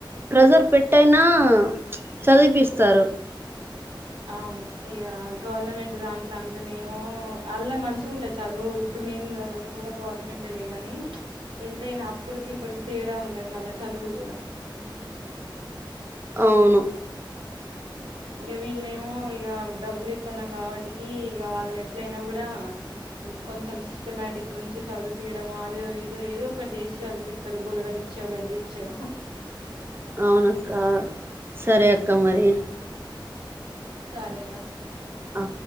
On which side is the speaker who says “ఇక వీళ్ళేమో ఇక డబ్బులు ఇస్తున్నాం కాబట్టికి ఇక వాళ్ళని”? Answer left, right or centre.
Right